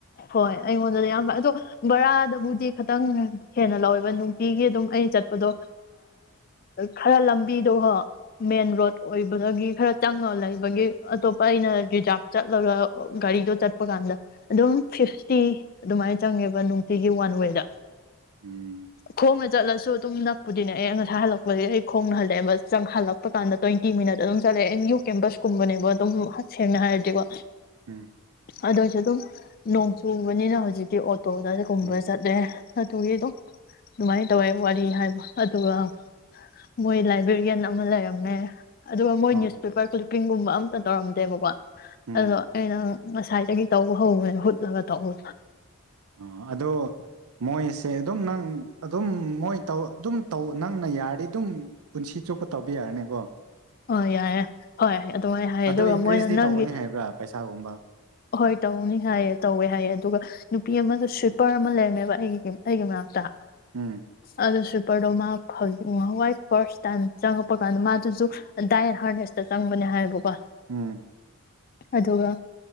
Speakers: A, on the left; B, on the right.
A: ꯍꯣꯏ ꯑꯩꯉꯣꯟꯗꯗꯤ ꯌꯥꯝ ꯐ ꯑꯗꯣ ꯕꯔꯥꯗꯕꯨꯗꯤ ꯈꯤꯇꯪ ꯍꯦꯟꯅ ꯂꯧꯋꯦꯕ ꯅꯨꯡꯇꯤꯒꯤ ꯑꯗꯨꯝ ꯑꯩꯅ ꯆꯠꯄꯗꯣ ꯈꯔ ꯂꯝꯕꯤꯗꯣ ꯍꯣ ꯃꯦꯟ ꯔꯣꯗ ꯑꯣꯏꯕꯗꯒꯤ ꯈꯔ ꯆꯪꯉꯒ ꯂꯩ ꯒꯤ ꯑꯇꯣꯞꯄ ꯑꯩꯅ ꯔꯤꯖꯥꯚ ꯆꯠꯂꯒ ꯒꯥꯔꯤꯗꯣ ꯆꯠꯄ ꯀꯥꯟꯗ ꯑꯗꯨꯝ ꯐꯤꯐꯇꯤ ꯑꯗꯨꯃꯥꯏꯅ ꯆꯪꯉꯦꯕ ꯅꯨꯡꯇꯤꯒꯤ ꯋꯥꯟ ꯋꯦꯗ
B: ꯎꯝ
A: ꯈꯣꯡꯅ ꯆꯠꯂꯁꯨ ꯑꯗꯨꯝ ꯅꯛꯄꯨꯗꯤꯅꯦ ꯑꯩ ꯉꯁꯥꯏ ꯍꯜꯂꯛꯄꯗꯒꯤ ꯑꯩ ꯈꯣꯡꯅ ꯍꯜꯂꯛꯑꯦꯕ ꯆꯪ ꯍꯜꯂꯛꯄ ꯀꯥꯟꯗ ꯇ꯭ꯋꯦꯟꯇꯤ ꯃꯤꯅꯠ ꯑꯗꯨꯝ ꯆꯠꯂꯦ ꯑꯦꯝ ꯌꯨ ꯀꯦꯝꯄꯁ ꯀꯨꯝꯕꯅꯦꯕꯣ ꯑꯗꯨꯝ ꯍ ꯁꯦꯡꯅ ꯍꯥꯏꯔꯗꯤꯀꯣ
B: ꯎꯝ
A: ꯑꯗꯨ ꯑꯣꯏꯁꯨ ꯑꯗꯨꯝ ꯅꯣꯡ ꯆꯨꯕꯅꯤꯅ ꯍꯧꯖꯤꯛꯇꯤ ꯇꯣꯗꯁꯦ ꯀꯨꯝꯕꯔ
B: ꯎꯝ
A: ꯆꯠꯦ ꯑꯗꯨꯒꯤ ꯑꯗꯨꯝ ꯑꯗꯨꯃꯥꯏꯅ ꯇꯧꯋꯦ ꯋꯥꯔꯤ ꯍꯥꯏꯕ ꯑꯗꯨꯒ ꯃꯣꯏ ꯂꯥꯏꯕ꯭ꯔꯦꯔꯤꯌꯥꯟ ꯑꯃ ꯂꯩꯔꯝꯃꯦ ꯑꯗꯨꯒ ꯃꯣꯏ
B: ꯑꯣ
A: ꯅ꯭ꯌꯨꯁꯄꯦꯄꯔ ꯀꯤꯡꯒꯨꯝꯕ ꯑꯝꯇ ꯇꯧꯔꯝꯗꯦꯕꯀꯣ
B: ꯎꯝ
A: ꯑꯗꯣꯩꯅ ꯉꯁꯥꯏꯗꯒꯤ ꯇꯧꯕ ꯍꯧꯧꯕꯅꯦ ꯍꯨꯠꯂꯒ ꯇꯧꯋ
B: ꯑ ꯑꯗꯣ ꯃꯣꯏꯁꯦ ꯑꯗꯨꯝ ꯅꯪ ꯑꯗꯨꯝ ꯃꯣꯏ ꯇꯧ ꯑꯗꯨꯝ ꯅꯪꯅ ꯌꯥꯔꯗꯤ ꯑꯗꯨꯝ ꯄꯨꯟꯁꯤ ꯆꯨꯞꯄ ꯇꯧꯕ ꯌꯥꯔꯅꯤꯕꯣ
A: ꯑ ꯌꯥꯏꯌꯦ ꯍꯣꯏ ꯍ ꯑꯗꯨꯃꯥꯏꯅ ꯍꯥꯏꯌꯦ
B: ꯑꯗꯣ
A: ꯑꯗꯨꯒ
B: ꯏꯟꯀ꯭ꯔꯤꯁꯇꯤ
A: ꯃꯣꯏꯅ ꯅꯪꯒꯤ
B: ꯇꯧꯒꯅꯤ ꯍꯥꯏꯕ꯭ꯔꯥ ꯄꯩꯁꯥꯒꯨꯝꯕ
A: ꯍꯣꯏ ꯇꯧꯅꯤ ꯍꯥꯏꯌꯦ ꯇꯧꯋꯦ ꯍꯥꯏꯌꯦ ꯑꯗꯨꯒ ꯅꯨꯄꯤ ꯑꯃꯃ ꯁ ꯄꯔ ꯑꯃ ꯂꯩꯔꯝꯃꯦꯕ ꯑꯩꯒꯤꯗꯤꯝ ꯍꯦꯒꯤ ꯃꯥꯛꯇꯥ
B: ꯎꯝ
A: ꯑꯗꯣꯁꯨ ꯗꯣ ꯃꯥ ꯍꯋꯥꯏ ꯐꯥꯔꯁ ꯇꯥꯏꯝ ꯆꯪꯉꯛꯄ ꯀꯥꯟꯗ ꯃꯥꯗꯨꯁꯨ ꯗꯥꯏꯠ ꯍꯥꯔꯅꯦꯦꯁꯇ ꯆꯪꯕꯅꯦ ꯍꯥꯏꯌꯦꯕꯀꯣ
B: ꯎꯝ
A: ꯑꯗꯨꯒ